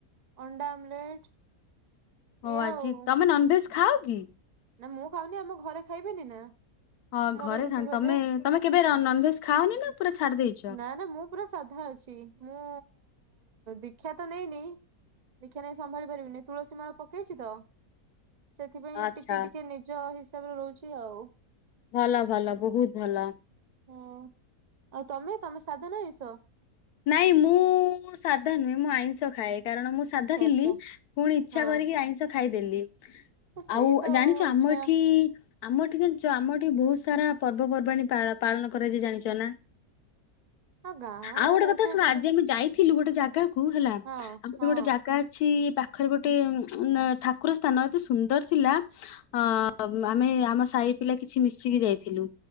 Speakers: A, on the right (about 75°); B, on the left (about 90°).
A: ଅଣ୍ଡା ଆମଲେଟ।
B: ହଉ
A: ଏଇଆ
B: ଆଜି
A: ଆଉ।
B: ତମେ ନନଭେଜ ଖାଅ କି?
A: ନା ମୁଁ ଖାଉନି ଆମ ଘରେ ଖାଇବେନି ନା।
B: ହଁ
A: ମୋର
B: ଘରେ
A: ରୁଟି
B: ତମେ
A: ଭଜା।
B: ତମେ କେବେ ନନଭେଜ ଖାଅନି ନା ପୁରା ଛାଡି ଦେଇଛ।
A: ନା ନା ମୁଁ ପୁରା ସାଧା ଅଛି ମୁଁ ଦୀକ୍ଷା ତ ନେଇନି। ଦେଖିବା ନେଇ ସମ୍ଭାଳି ପାରିବିନି ତୁଳସୀ ମାଳ ପକେଇଛି ତ। ସେଥିପାଇଁ
B: ଆଚ୍ଛା
A: ଟିକେ ଟିକେ ନିଜ ହିସାବରେ ରହୁଛି ଆଉ।
B: ଭଲ ଭଲ ବହୁତ ଭଲ।
A: ହଁ। ଆଉ ତମେ ତମେ ସାଧନା ହେଇସ?
B: ନାଇଁ ମୁଁ ସାଧା ନୁହେଁ ମୁଁ ଆଇଁଷ ଖାଏ। କାରଣ ମୁଁ ସାଧା
A: ଆଚ୍ଛା
B: ଥିଲି
A: ଆଚ୍ଛା
B: ପୁଣି ଇଚ୍ଛା
A: ହଁ
B: କରିକି ଆଇଁଷ ଖାଇଦେଲି।
A: ସେଇ
B: ଆଉ
A: ତ
B: ଜାଣିଛ ଆମ
A: ଇଚ୍ଛା
B: ଏଠି ଆମ ଏଠି ଜାଣିଚ ଆମ ଏଠି ବହୁତ ସାରା ପର୍ବପର୍ବାଣି ପାଳ-ପାଳନ କରାଯାଏ ଜାଣିଚ ନା।
A: ଅଁ ଗାଁ
B: ଆଉ ଗୋଟେ
A: ହଉଥିବ
B: କଥା ଶୁଣ
A: କିନ୍ତୁ
B: ଆଜି ଆମେ ଯାଇଥିଲୁ ଗୋଟେ ଜାଗା କୁ ହେଲା
A: ହଁ
B: ଆମର
A: ହଁ
B: ଗୋଟେ ଜାଗା ଛି ଏ ପାଖରେ ଗୋଟେ ଉଁ ଠାକୁର ସ୍ଥାନ ଏତେ ସୁନ୍ଦର ଥିଲା। ଅ ଆମେ ଆମ ସାଇ ପିଲା କିଛି ମିଶିକି ଯାଇଥିଲୁ।